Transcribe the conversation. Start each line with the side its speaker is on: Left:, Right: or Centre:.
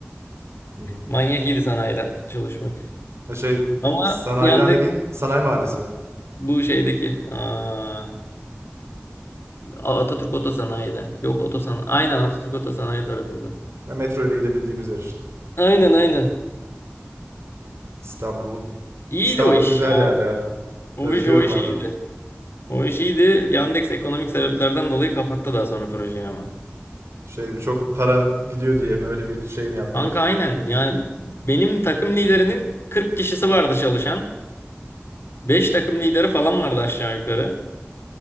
Right: Hı hı.
Left: Manyak iyiydi sanayide çalışmak.
Right: Ya Şey
Left: Ama
Right: sanayiden
Left: yandık
Right: dediğin sanayi mahallesi mi?
Left: bu şeydeki. Aa, Atatürk Otosanayi'de. Yok Otosanayi. Aynen Atatürk Otosanayi tarafında.
Right: Ya metro ile gidebildiğimiz yer işte.
Left: Aynen aynen.
Right: İstanbul.
Left: İyiydi
Right: İstanbul
Left: o iş
Right: güzel
Left: abi.
Right: yer ya.
Left: O
Right: Özlüyorum
Left: iş o iş
Right: abi.
Left: iyiydi. O iş iyiydi. Yandex ekonomik sebeplerden dolayı kapattı daha sonra projeyi ama.
Right: Şey mi çok para gidiyor diye mi öyle bir şey mi yaptılar?
Left: Kanka aynen. Yani benim takım liderinin 40 kişisi vardı çalışan. 5 takım lideri falan vardı aşağı yukarı.